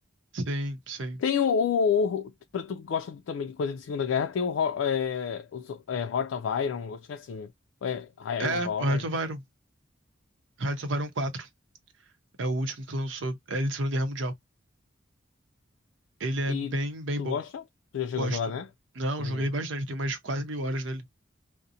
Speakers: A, on the right; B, on the left.
A: Sim, sim.
B: Tem o, o, o- pra tu que gosta de- também de coisa de Segunda Guerra, tem o, Ho- é, os, é, Heart of Iron, acho que é assim, é,
A: É,
B: Iron Heart.
A: o Hearts of Iron. Hearts of Iron quatro É o último que lançou. É de Segunda Guerra Mundial. Ele é
B: E
A: bem, bem
B: tu
A: bom.
B: gosta? Tu já chegou
A: Gosto.
B: a jogar, né?
A: Não,
B: Uhum.
A: joguei bastante, tenho umas quase mil horas nele.